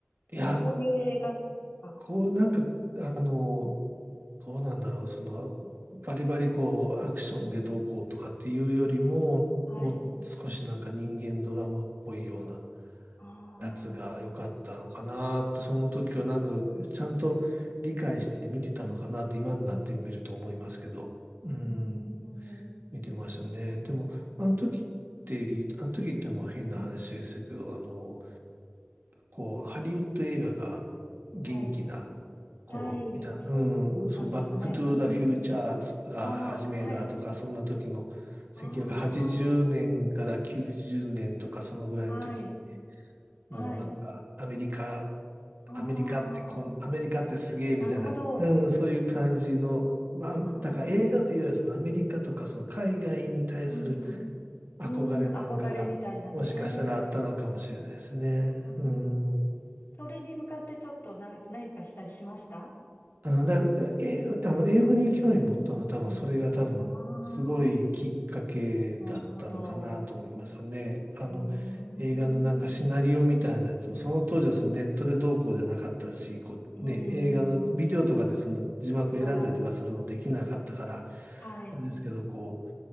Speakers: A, on the right (about 55°); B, on the left (about 65°).
A: いや、
B: こういう映画か。
A: こう、なんか、あの、どうなんだろう。その、バリバリこう、アクションでどうこうとかっていうよりも、
B: うん。はい。
A: もう少しなんか人間ドラマっぽいような
B: ああ、
A: 夏が良かったのかなって、その時はなんかちゃんと理解して見てたのかなって今になってみると思いますけど、うん、
B: うーん。
A: 見てましたね。でも、あの時って、あの時ってもう変な話ですけど、あの、こう、ハリウッド映画が元気な
B: はい。
A: 頃みたいな、
B: はい。そうなんですかね。
A: うん、そう、バックトゥーザフューチャーが始めだとか、
B: うーん。ああ、はい。
A: そんな時の1980年から90年とかそのぐらいの時って、
B: ああ、はい。はい。
A: もうなんかアメリカ
B: あ
A: アメリカってこん、
B: あ、
A: アメリカってすげえみたいな、
B: なるほど。
A: うん、そういう感じの、まあ、
B: ああ、
A: だから映画というよりはそのアメリカとかその海外に対する
B: うん、うん。うん、
A: 憧れなんかが、
B: 憧れみたいなね。
A: もしかしたらあったのかもしれないですね。
B: あ
A: う
B: あ
A: ん。
B: それに向かってちょっと何、何かしたりしました
A: あだ、英あの、英語に興味持ったのは多分それが多分すごいきっかけだったのかなと思いますね。
B: うん。ああ、なるほど。
A: あの、
B: うーん。
A: 映画のなんかシナリオみたいなやつも、その当時はそのネットでどうこうじゃなかったし、こうね、
B: うんうんうん。
A: 映画のビデオとかでその字幕選んだりとかするのできなかったから、
B: はい。はい。
A: あれですけど、こう、